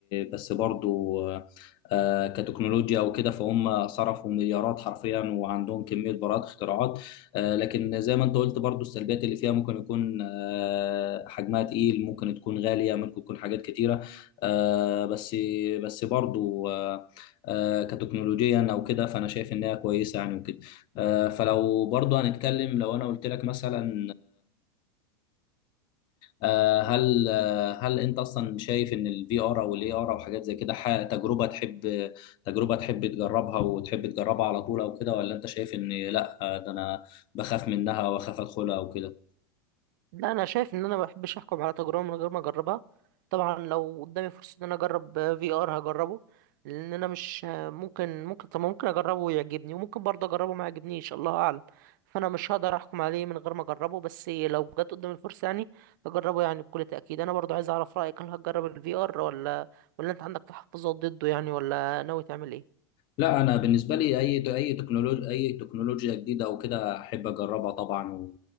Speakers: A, on the left; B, on the right.
A: بس برضو آه، آه، كتكنولوجيا وكده فهم صرفوا مليارات حرفيا وعندهم كمية براءات اختراعات آه، لكن زي ما انت قلت برضو السلبيات اللي فيها ممكن يكون آه، حجمها تقيل ممكن تكون غالية ممكن تكون حاجات كتيرة آه، بس بس برضو آه، آه، كتكنولوجيا او كده فانا شايف انها كويسة يعني وكده آه، فلو برضو هنتكلم لو انا قلت لك مثلا آه، هل آه، هل انت اصلا شايف ان الفي ار او الاي ار او حاجات زي كده ح- تجربة تحب تجربة تحب تجربها وتحب تجربها على طول او كده ولا انت شايف ان لا آه، ده انا بخاف منها واخاف ادخلها او كده
B: لا انا شايف ان انا ما بحبش احكم على تجربه من غير ما اجربها طبعا لو قدامي فرصه ان انا اجرب في ار هجربه لان انا مش ممكن ممكن طب ممكن اجربه ويعجبني وممكن برضه اجربه ما يعجبنيش الله اعلم فانا مش هقدر احكم عليه من غير ما اجربه بس لو جت قدامي الفرصه يعني اجربه يعني بكل تاكيد انا برضه عايز اعرف رايك هل هتجرب الفي ار ولا ولا انت عندك تحفظات ضده يعني ولا ناوي تعمل ايه
A: لا انا بالنسبه لي اي اي تكنولوجيا اي تكنولوجيا جديده او كده احب اجربها طبعا و...